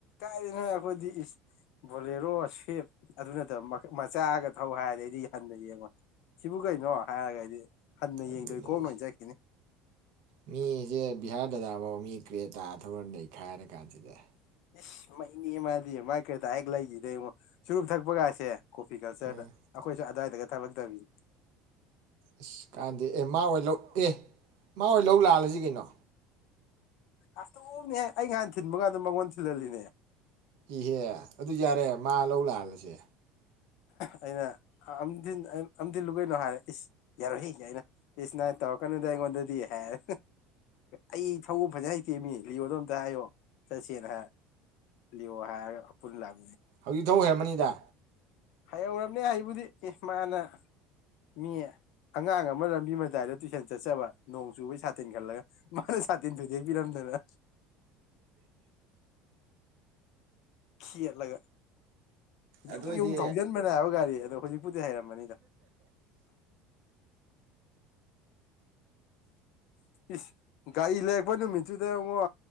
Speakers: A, on the left; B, on the right.
A: ꯀꯥꯏꯗꯩꯅꯣꯍꯦ ꯑꯩꯈꯣꯏꯗꯤ ꯏꯁ ꯕꯣꯂꯦꯔꯣ ꯁꯋꯤꯞ ꯑꯗꯨ ꯅꯠꯇꯕ ꯃꯆꯥꯒ ꯊꯧ ꯍꯥꯏꯔꯗꯤ ꯑꯩꯗꯤ ꯍꯟꯅ ꯌꯦꯡꯉꯣꯏ ꯁꯤꯕꯨ ꯀꯩꯅꯣ ꯍꯥꯏꯔꯒ ꯑꯩꯗꯤ ꯍꯟꯅ
B: ꯑꯗꯨꯅꯦ
A: ꯌꯦꯡꯗꯕꯤ ꯈꯣꯡꯅ
B: ꯑꯩꯁꯦ
A: ꯑꯣꯏꯅ ꯆꯠꯈꯤꯅꯤ
B: ꯃꯤꯁꯦ ꯕꯤꯍꯥꯔꯗꯗꯥꯐꯧ ꯃꯤ ꯀ꯭ꯔꯦ ꯇꯥ ꯊꯧꯔ ꯅꯩꯈꯥꯏꯔ ꯀꯥꯟꯁꯤꯗ
A: ꯏꯁ ꯃꯩꯅꯤꯍꯦ ꯃꯥꯗꯤ ꯃꯥꯏ ꯀ꯭ꯔꯤꯇꯥ ꯍꯦꯛ ꯂꯩꯈꯤꯕꯗꯩ ꯆꯨꯔꯨꯞ ꯊꯛꯄꯒꯁꯦ ꯀꯣꯐꯤꯀꯜꯆꯔꯗ
B: ꯎꯝ
A: ꯑꯈꯣꯏꯁꯨ ꯑꯗꯥꯏ ꯇꯒ ꯊꯕꯛ ꯇꯧꯕꯤꯅꯤ
B: ꯑꯁ ꯀꯥꯟꯗꯦ ꯑꯦ ꯃꯥ ꯑꯣꯏ ꯂꯧ ꯑꯦ ꯃꯥ ꯑꯣꯏ ꯂꯧ ꯂꯥꯛꯍꯜꯂꯁꯤ ꯀꯩꯅꯣ?
A: ꯑꯗꯨꯝꯅꯦꯍ ꯑꯩ ꯅꯍꯥꯟ ꯊꯤꯟꯕ ꯀꯥꯟꯗ ꯃꯉꯣꯟꯗ ꯊꯤꯟꯍꯜꯂꯤꯅꯦ
B: ꯏꯍꯦ ꯑꯗꯨ ꯌꯥꯔꯦ ꯃꯥ ꯂꯧ ꯂꯥꯛꯍꯜꯂꯁꯦ
A: ꯑꯩꯅ ꯑꯝ ꯑꯝꯊꯤꯜꯂꯨ ꯀꯩꯅꯣ ꯍꯥꯏꯔꯦ ꯏꯁ ꯌꯥꯔꯣꯏꯍꯦ ꯒꯥꯏꯅ ꯏꯁ ꯅꯪ ꯇꯧꯔꯛꯀꯅꯩꯗ ꯑꯩꯉꯣꯟꯗꯗꯤ ꯍꯥꯏꯔ ꯑꯩ ꯊꯧꯕ ꯐꯖ ꯍꯩꯇꯦꯃꯤ ꯂꯤꯌꯣꯗꯣ ꯑꯝꯇ ꯍꯥꯏꯌꯣ ꯆꯠꯁꯦꯅ ꯍꯥꯏ ꯂꯤꯌꯣ ꯍꯥꯏꯔꯒ ꯄꯨꯟꯅ ꯂꯥꯛꯄ
B: ꯍꯧꯖꯤꯛ ꯊꯧ ꯍꯩꯔꯝꯃꯅꯤ ꯗꯥ
A: ꯍꯩꯍꯧꯔꯝꯅꯦ ꯍꯩꯕꯨꯗꯤ ꯑꯦ ꯃꯥꯅ ꯃꯤ ꯑꯉꯥꯡ ꯑꯃ ꯂꯝꯕꯤ ꯃꯇꯥꯏꯗ ꯇꯨꯏꯁꯟ ꯆꯠꯆꯕ ꯅꯣꯡ ꯆꯨꯕꯩ ꯁꯥꯇꯤꯟ ꯈꯜꯂꯒ ꯃꯥꯅ ꯁꯥꯇꯤꯟ ꯊꯨꯗꯦꯛꯄꯤꯔꯝꯗꯅ ꯈꯦꯠ ꯂꯒ ꯌꯨꯡ
B: ꯑꯗꯨ ꯑꯣꯏꯗꯤ
A: ꯌꯨꯡ ꯊꯧꯖꯟꯕꯅꯦ ꯍꯥꯏꯕ ꯒꯥꯔꯤ ꯗꯨ ꯗꯣ ꯍꯧꯖꯤꯛ ꯕꯨꯗꯤ ꯍꯥꯏꯩꯔꯝꯃꯅꯤꯗ ꯏꯁ ꯒꯥꯔꯤ ꯂꯩꯔꯛꯄ ꯅꯨꯃꯤꯠꯇꯨꯗ ꯑꯕꯨꯡꯉꯣ